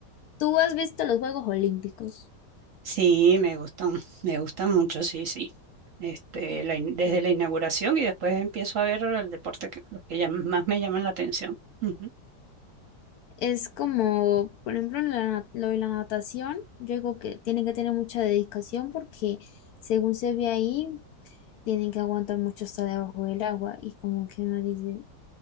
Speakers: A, on the left; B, on the right.
A: ¿Tú has visto los Juegos Olímpicos?
B: Sí, me gustan, me gustan mucho, sí, sí. Este, la in- desde la inauguración y después empiezo a ver el deporte que, los que llam- más me llaman la atención. Ujú.
A: Es como, por ejemplo, en la na- lo de la natación, yo digo que tienen que tener mucha dedicación porque según se ve ahí, tienen que aguantar mucho hasta debajo del agua y como que uno dice,